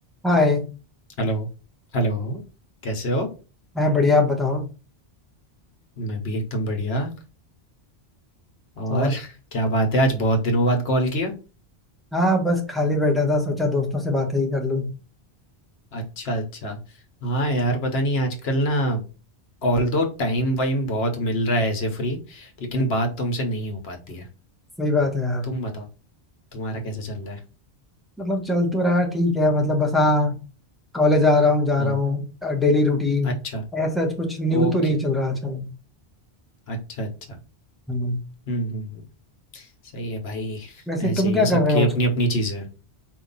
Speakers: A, in the centre; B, on the left (about 70°).
A: हाय
B: Hello Hello कैसे हो
A: मैं बढ़िया आप बताओ
B: मैं भी एकदम बढ़िया और
A: और
B: <laughs> क्या बात है आज बहुत दिनों बाद कॉल किया
A: हाँ बस खाली बैठा था सोचा दोस्तों से बातें ही कर लूँ
B: अच्छा अच्छा हाँ यार पता नहीं आजकल ना ऑल दो टाइम वाइम बहुत मिल रहा है ऐसे फ्री लेकिन बात तुमसे नहीं हो पाती है
A: सही बात है यार
B: तुम बताओ तुम्हारा कैसा चल रहा है
A: मतलब चल तो रहा है, ठीक है मतलब बस हाँ कॉलेज आ रहा हूँ जा
B: हाँ
A: रहा हूँ डेली रूटीन
B: अच्छा
A: ऐसा कुछ न्यू
B: ओके
A: तो नहीं चल रहा आजकल
B: अच्छा अच्छा
A: हम्म,
B: हम्म हम्म हम्म, सही है भाई
A: वैसे
B: ऐसे
A: तुम
B: ही
A: क्या
B: है
A: कर
B: सबकी
A: रहे हो
B: अपनी
A: आजकल
B: अपनी चीज़ें हैं।